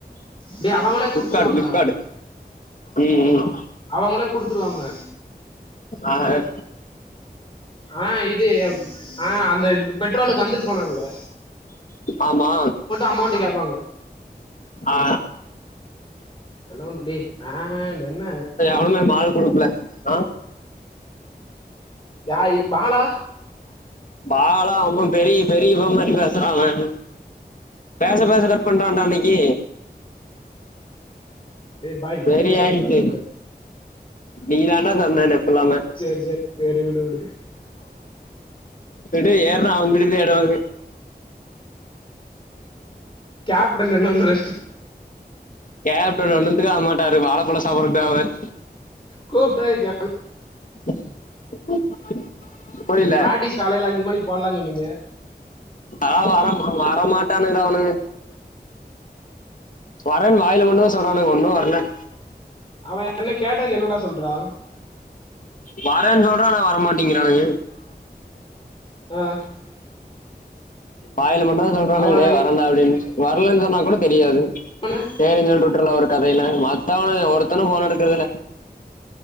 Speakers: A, on the left; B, on the left.
A: டே அவங்களே
B: ஃப்ளிப்கார்டு
A: குடுத்துருவாங்கடா
B: ஃப்ளிப்கார்டு ம் ம்
A: அவங்களே குடுத்துருவாங்க
B: ஆ ஏ
A: ஆ இது ஆ அந்த பெட்ரோலுக்கு வந்துட்டு போனாங்கல்ல
B: ஆமா
A: அமௌண்ட் கேப்பாங்க
B: ஆ
A: ஹலோன்டு டே ஆ ன்டு என்ன
B: ஒழுங்கா மாலு குடுக்கல ஹலோ
A: யா இக் பாலா
B: பாலா அவம் பெரிய பெரிய இவ மாரி பேசுற அவன் பேச பேச கட் பண்றான்டா அன்னைக்கி
A: டே பாய்
B: வெறி
A: பேரு சொல்ல
B: ஆயிடுச்சு
A: கூடாதுன்னுல்லோ
B: நீ தாண்டா சந்தானம் சொல்லாம
A: சேரி சேரி சேரி விடு விடு
B: டே ஏறனா அவுங்க வீட்டுக்குதா எடுவாங்கு
A: கேப்டன் என்ன பண்றார்
B: கேப்டன் ஒண்ணுத்துக்கு ஆகமாட்டாரு வாழப்பழோ சாப்பறக்கு தா ஆவரு
A: கூப்ட்டா <inaudible>
B: <unintelligible> புரியல
A: பிராக்டிஸ் காலைல அஞ்சு மணிக்கு போட்லான் சொன்னிங்க
B: ஆ வர மா வர மாட்டானுகடா அவுனுக வரன் வாயில மட்டுந்தா சொல்றானுக ஒன்னு வர்ல
A: அவ அன்னைக் கேட்டதுக்கு என்னடா சொல்றா
B: வரன் சொல்ட்றா ஆனா வரமாட்டிங்கிறானுக
A: அ
B: வாயில மட்டு தா சொல்றானுக
A: அவன்
B: டே
A: இவன
B: வரன்டா அப்டின் வர்லன் சொன்னா கூட தெரியாது
A: <unintelligible>
B: சேரின் சொல்ட்டு உட்றலா ஒரு கதையில மத்தவனுக ஒருத்தனு ஃபோன் எடுக்கறதில்ல